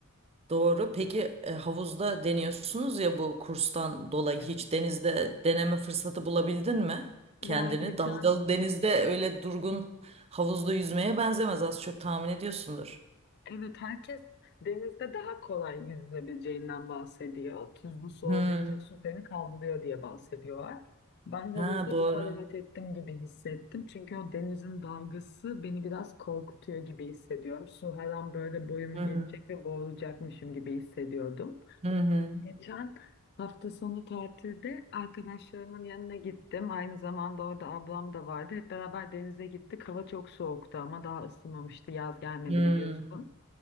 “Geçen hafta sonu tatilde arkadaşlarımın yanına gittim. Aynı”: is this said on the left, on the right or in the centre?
Left